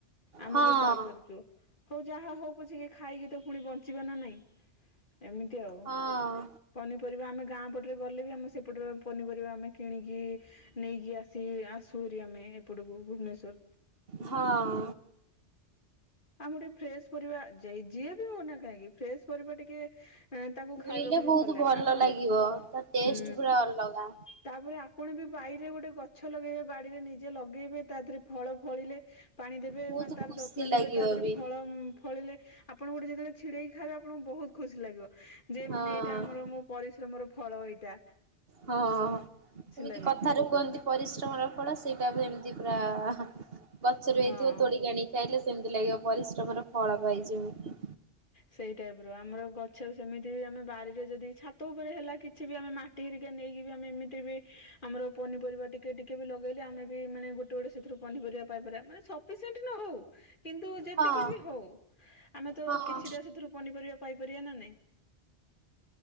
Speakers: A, on the left (about 45°); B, on the right (about 55°).
A: ଆମେ
B: ହଁ
A: ବି ପାଇପାରୁଛୁ ହଉ ଯାହା ହଉ ପଛିିକେ ଖାଇକି ତ ପୁଣି ବଞ୍ଚିବା ନା ନାଇଁ ଏମିତି ଆଉ
B: ହଁ।
A: ପନିପରିବା ଆମେ ଗାଁ ପଟରେ ଗଲେ ବି ଆମେ ସେପଟରେ ପନିପରିବା ଆମେ କିଣିକି ନେଇକି ଆସି ଆସୁରି ଆମେ ଏପଟକୁ ଭୁବନେଶ୍୍ୱର
B: ହଁ
A: ଆମେ ଗୋଟେ ଫ୍ରେଶ ପରିବା ଯିଏ ବି ହଉନା କାହିଁକି ଫ୍ର ପର ଟିକେ ତାଙ୍କୁ ଖାଇବାକୁ
B: ମିଳିଲେ
A: ବି
B: ବହୁତ
A: ଭଲ ଲାଗେ ଆପଣ
B: ଲାଗିବ ତା ଟେଷ୍ଟ
A: ହୁଁ
B: ପୁରା ଅଲଗା।
A: ତାପରେ ଆପଣ ବି ବରେ ଗୋଟେ ଗଛ ଲଗେଇବେ ବାଡିରେଜେ ଲଗେଇବେ ତା ଦେହରେ ଫଳ ଫଳିଲେ ହ ପାଣି ଦେବେ
B: ବହୁତ
A: ମାନେ ତାର
B: ଖୁସି
A: ଯତ୍ନ ନେବେ
B: ଲାଗିବ
A: ତା ଦେହରେ
B: ବି
A: ଫଳ ଫଳିଲେ ଆପଣ ଗୋଟେ ଯେତେବେଳେ ଛିଡକି ଖାଇବେ ଆପଣଙ୍କୁ ବହୁତ ଖୁସି ଲାଗିବ ଯେ
B: ହଁ।
A: ମାନେ ଏଇଟା ଆମର ମୋ ପରିଶ୍ରମର ଫଳ ହୋଇଥା
B: ହଁ କେମିତି
A: ଲାଗେ
B: କଥାରୁ କୁହନ୍ତି ପରିଶ୍ରମର ଫଳ ସେଇଟା ବି ଏମିତି ପୁରା ଆଃ ଗଛରୁ ହେଇଥିବ
A: ହଁ।
B: ତୋଳିକି ଆଣିକି ଖାଇଲେ ସେମତି ଲାଗିବ ପରିଶ୍ରମର ଫଳ ପାଇଚି ମୁଁ।
A: ସେଇ ଟାଇପର ଆମର ଗଛ ବି ସେମିତି ଆମେ ବାରିରେ ଯଦି ଛାତ ଉପରେ ହେଲା କିଛି ବି ଆମେ ମାଟି ହେରିକା ନେଇକି ବି ଆମେ ଏମିତିରେ ବି ଆମର ପନିପରିବା ଟିକେ ଟିକେ ବି ଲଗେଇଲେ ଆମେ ବି ମାନେ ଗୋଟେ ଗୋଟେ ସେଥିରୁ ପନିପରିବା ପାଇପାରିବା ମାନେ ସପିସେଣ୍ଟ ନ ହଉ କିନ୍ତୁ ଯେତିକି
B: ହଁ
A: ବି ହଉ ଆମେ ତ
B: ହଁ
A: କିଛିଟା
B: ହଁ।
A: ସେଥିରୁ ପନିପରିବା ପାଇପାରିବା ନାଁ ନାଇଁ?